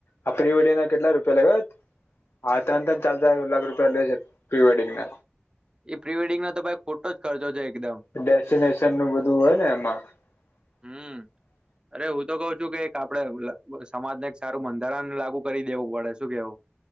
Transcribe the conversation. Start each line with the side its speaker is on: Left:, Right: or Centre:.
Left: આ પ્રી વેડિંગ ના કેટલા રૂપિયા લે ખ હા ત અ ચાલ એકખ રૂપિયા લશે પ્રી વેડિંગ ના.
Right: એ પ્રીવેડિંગ નો તો ભાઈ ખોટો જ ખર્ચો છે એકદમ.
Left: ડેસ્ટિનેશન નું બધું હોય ને એમાં. <inaudible>
Right: હમ અરે હું તો કઉ છું કે એક આપડે સમાજને એક સારું બંધારણ લાગુ કરી દેવું પડે શું કેવું